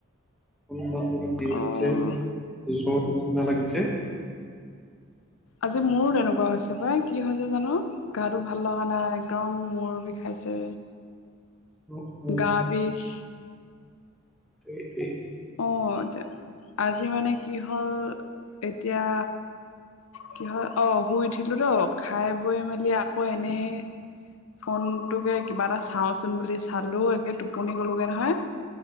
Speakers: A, in the centre; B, on the left (about 80°).
A: <unintelligible>
B: অ', আজি মোৰো তেনেকুৱা হৈছে পাই কি হৈছে জানো? গাটো ভাল লগা নাই একদম মূৰ বিখাইছে।
A: অ অ
B: গা বিষ।
A: এইটোৱেই।
B: অ এতিয়া আজি মানে কি হ'ল এতিয়া কি হয় অ শুই উঠিলোটৌ খাই বৈ মেলি আকৌ এনে ফোনটোকে কিবা এটা চাওঁচোন বুলি চালো একে টোপনি গ'লোগে নহয়।